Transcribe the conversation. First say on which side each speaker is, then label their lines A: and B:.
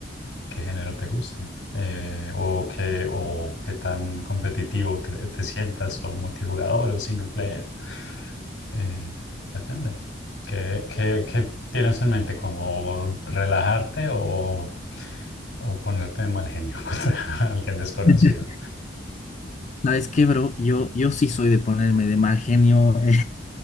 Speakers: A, on the left; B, on the left.
A: qué género te guste eh, o, qué, o qué tan competitivo cre- te sientas o multijugador o single player. Eh, depende. ¿Qué, qué- qué tienes en mente? ¿Como relajarte o, o ponerte de mal genio <laughs> contra alguien desconocido?
B: <laughs> ¿Sabes qué, bro? Yo, yo sí soy de ponerme de mal genio. <laughs> eh,